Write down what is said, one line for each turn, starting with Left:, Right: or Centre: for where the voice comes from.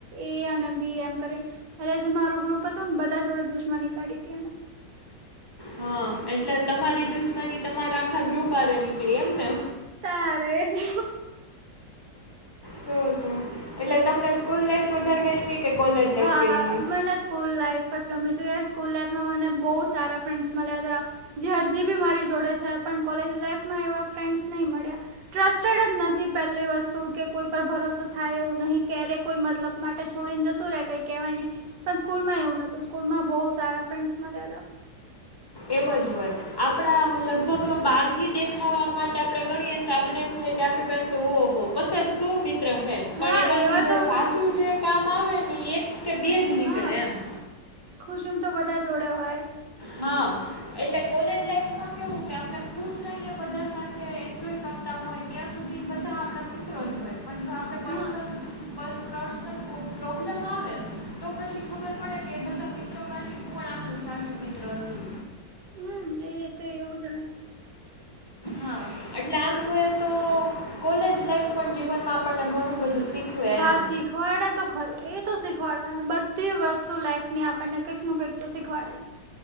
Right: એ અને બી એમ કરીને અરે જ મારું ગ્રુપ હતું ને બધા જોડે દુશ્માની કળી તી એને.
Left: હા એટલે તમારી દુશ્મની તમારા આખા ગ્રુપ પારે નીકળી એમને?
Right: તારે જ.
Left: શું શું એટલે તમને સ્કુલ લઇફ વધારે ગઈમી કે કોલેજ લાઈફ
Right: હા
Left: ગઈમી?
Right: હા મને સ્કૂલ લાઈફ જ ગમી હતી. સ્કૂલ લાઈફમાં મને બહુ સારા ફ્રેન્ડસ મળ્યા તા. જે હજી બી મારી જોડે છે પણ કોલેજ લાઈફમાં એવા ફ્રેન્ડસ નહી મળ્યા. ટ્રસ્ટેડ જ નથી પહેલી વસ્તુ કે કોઈ પર ભરોસો થાય એવું નહીં ક્યારે કોઈ મતલબ માટે છોડીને જત તુરેય કઈ કેવાય નહી પણ સ્કૂલમાં એવું નતું સ્કૂલમાં બહ સાર ફ્રેન્ડ્સ મળ્યા તા.
Left: એમ અજ હોય. આપડા લગભગ બહારથી દેખાવા માટે આપણે ગણીએ તો આપડે એમ થાય કે આપડી પાસે ઓ હો પચાસ શું મિત ત્ર હે રહે
Right: હા
Left: પણ એમાંથી
Right: એવા તો
Left: જે સાચું જે કામ આવે ને એ એક કે બે જ નીકળે
Right: હા
Left: એમ. <inaudible>
Right: ખુશીમ તો બધા જોડે હોય
Left: હા એટલે કોલેજ લાઈફમાં કેવું કે આપડે ખુશ રહીને બધા સાથે એન્જોય કર તા હોય ત્યાં સુધી બધા આપડા મિત્રો જ હોય પણ જો આપડે પર્સનલ
Right: હા
Left: દુસ પલ પ્રેસનલ પ્રો-પ્રોબ્લેમ આવે તો પછી ખબર પડે કે બધા મી મિત્રો માંથી કોણ આપણું સાચું મિત્ર હતું.
Right: હમ્મ, એ તો એવું જ ને.
Left: હા એટલે આમ જોઈએ તો કોલેજ લાઇફ પણ જીવનમાં આપણને ઘણું બધું શીખવે
Right: હા
Left: એમ.
Right: શીખવાડે તો ખરું એ તો શીખવાડવાનું બધી વસ્તુ લાઈફ ની આપણને કંઈક નું કંઈક તો શીખવાડે છે.